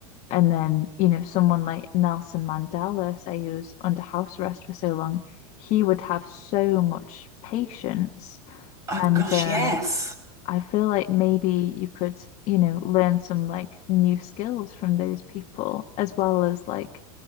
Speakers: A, on the left; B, on the right.
A: And then, you know, someone like Nelson Mandela, say he was under house arrest for so long, he would have so much patience
B: Oh
A: and
B: gosh,
A: um,
B: yes.
A: I feel like maybe you could, you know, learn some like new skills from those people as well as like